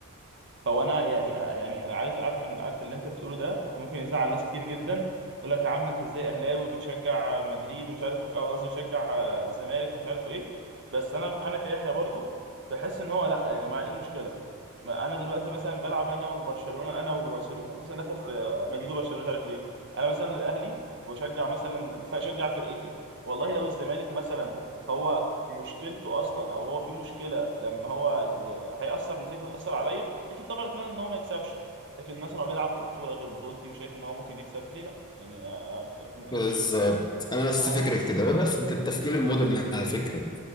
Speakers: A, on the right; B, on the left.
A: فهو انا يعني آه، يعني انا عايز عارف ان عارف اللي انت بتقوله ده ممكن يزعل ناس كتير جدا يقول لك يا عم انت ازاي اهلاوي بتشجع مدريد ومش عارف أو قصدي بتشجع آه، الزمالك ومش عارف ايه بس انا انا كيحيى برضو بحس ان هو لا يا جماعه ايه المشكله ما انا دلوقتي مثلا بلعب انا وبرشلونه انا وسوري انا حاسس اني داخل في آه، مدريد وبرشلونه مش عارف ليه انا مثلا الاهلي واشجع مثلا فاشجع فرقتي والله لو الزمالك مثلا هو مشكلته اصلا او هو في مشكله لما هو ي... هيأثر نتيجته تأثر عليا اكيد طبعا اتمنى ان هو ما يكسبش لكن مثلا هو بيلعب في بطوله غير بطولتي وشايف ان هو ممكن يكسب ليه لا يعني آه، ب- يعني
B: بالظبط أنا نفس
A: عادي.
B: فكرك كده وده التفكير المودرن على فكرة